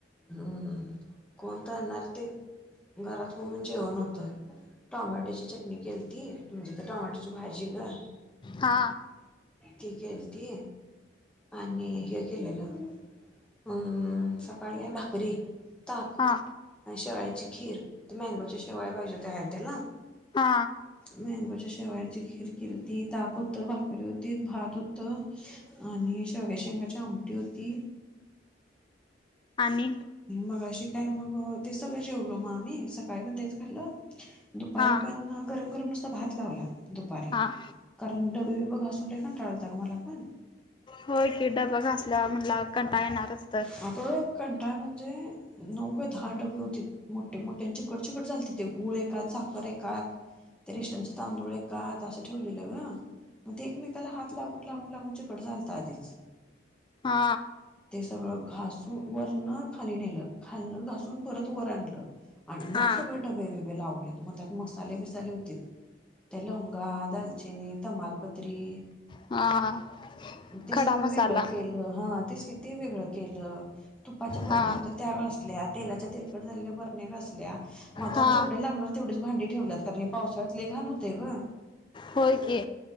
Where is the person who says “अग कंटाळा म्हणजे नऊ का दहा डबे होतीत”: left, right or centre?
Centre